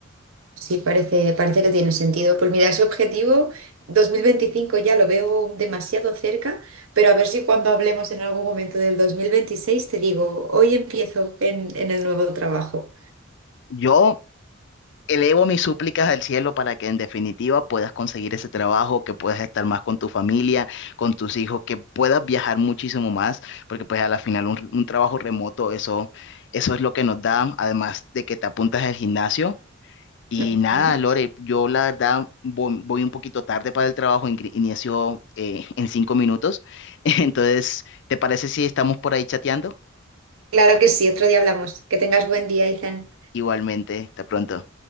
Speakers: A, on the right (about 80°); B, on the left (about 60°).
A: Sí, parece, parece que tiene sentido. Pues mira, ese objetivo 2025 ya lo veo demasiado cerca, pero a ver si cuando hablemos en algún momento del 2026 te digo, hoy empiezo en, en el nuevo trabajo.
B: Yo Elevo mis súplicas al cielo para que en definitiva puedas conseguir ese trabajo, que puedas estar más con tu familia, con tus hijos, que puedas viajar muchísimo más, porque pues a la final un, un trabajo remoto, eso, eso es lo que nos da, además de que te apuntas al gimnasio. Y
A: Ujú.
B: nada, Lore, yo la verdad voy, voy un poquito tarde para el trabajo, ingri- inicio eh, en cinco minutos. <laughs> Entonces, ¿te parece si estamos por ahí chateando?
A: Claro que sí, otro día hablamos. Que tengas buen día, Izan.
B: Igualmente, hasta pronto.